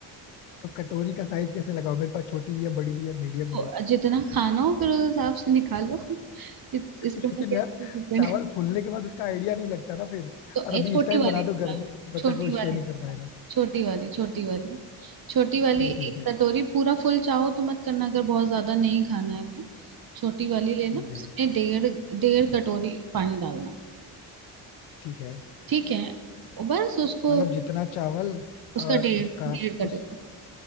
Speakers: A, on the left (about 85°); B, on the right (about 45°).
A: तो कटोरी का साइज कैसे लगाओ मेरे पास छोटी भी है बड़ी भी है मीडियम भी
B: तो
A: है
B: जितना खाना हो फिर उस हिसाब से निकालो <laughs> इत,
A: <laughs>
B: इसको
A: लेकिन
B: मैं कैसे
A: यार
B: डिपेंड
A: चावल फूलने के बाद उसका आइडिया नहीं लगता ना फिर
B: तो
A: और अभी
B: ए, छोटी
A: इस टाइम
B: वाली
A: बना
B: निकालो,
A: दो गर्मी है, सुबह
B: छोटी
A: तक वो स्टे
B: वाली
A: नहीं
B: निकालो,
A: कर पाएगा
B: छोटी वाली छोटी वाली छोटी वाली
A: फिर ठीक
B: एक
A: है
B: कटोरी पूरा फुल चाहो तो मत करना अगर बहुत ज्यादा नहीं खाना है तो छोटी वाली लेना
A: ठीक है
B: उसमें डेढ़ डेढ़ कटोरी पानी डालना
A: ठीक है
B: ठीक है और बस उसको
A: मतलब जितना चावल
B: उसका
A: और
B: डेढ़
A: उसका
B: डेढ़
A: कुछ
B: कटोरी